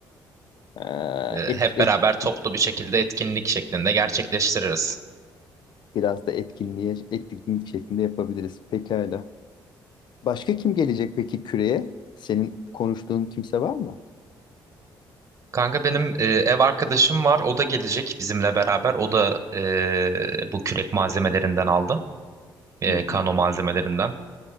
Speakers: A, on the left; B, on the right.
A: Ee,
B: E,
A: etki,
B: hep beraber
A: etki,
B: toplu bir şekilde etkinlik şeklinde gerçekleştiririz.
A: biraz da etkinliğe, etkinlik şeklinde yapabiliriz. Pekala. Başka kim gelecek peki küreye? Senin konuştuğun kimse var mı?
B: Kanka benim e, ev arkadaşım var. O da gelecek bizimle beraber. O da e, bu kürek malzemelerinden aldı. E,
A: Hı
B: kano
A: hı.
B: malzemelerinden.